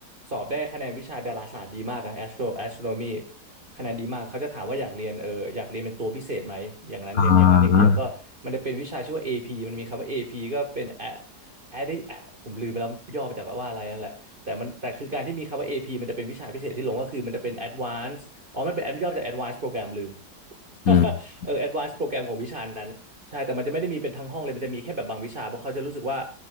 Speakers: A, on the right; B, on the left.
A: สอบได้คะแนนวิชาดาราศาสตร์ดีมากอะ astro astronomy คะแนนดีมากเขาจะถามว่าอยากเรียนเอออยากเรียนเป็นตัวพิเศษไหมอย่างนั้นเนี่ยอย่างนั้นอย่างเดียวก็มันจะเป็นวิชาชื่อว่าเอพีมันมีคำว่าเอพีก็เป็น
B: อ่า
A: Ad อ่ะผมลืมไปแล้วย่อมาจากว่าอะไรนั่นแหละแต่มันแต่คือการที่มีคำว่า AP มันจะเป็นวิชาพิเศษที่ลงก็คือมันจะเป็น Advanced อ๋อมันเป็น Ad- ย่อมาจาก Advanced Program ลืม <laughs>
B: อืม
A: เออ Advanced Program ของวิชานั้นใช่แต่มันจะไม่ได้มีเป็นทั้งห้องเลยมันจะมีแค่แบบบางวิชาเพราะเขาจะรู้สึกว่า